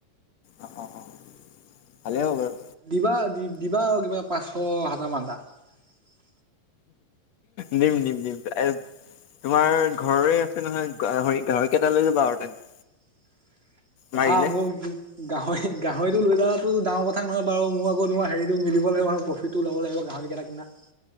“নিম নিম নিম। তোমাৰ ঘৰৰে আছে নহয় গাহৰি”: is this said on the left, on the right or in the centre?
Left